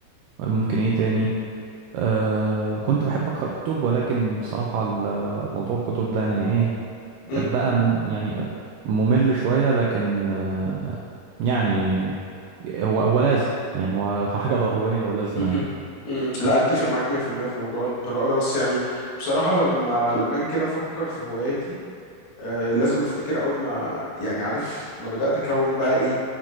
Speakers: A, on the right; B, on the left.
A: ممكن ايه تاني أه كنت بحب أقرأ كتب ولكن بصراحة ال- موضوع الكتب ده يعني إيه
B: مم.
A: بقى مم يعني ممل شوية لكن أه يعني هو هو لازم يعني هو <laughs> هو حاجة ضرورية ولازمة
B: مهم.
A: يعني
B: مم. لا اتفق معاك 100% في المية في موضوع القراءة ده بس يعني بصراحة لما لما اجي كده افكر في هواياتي آه لازم افتكر اول ما يعني عارف ما بدأت اكون بقى ايه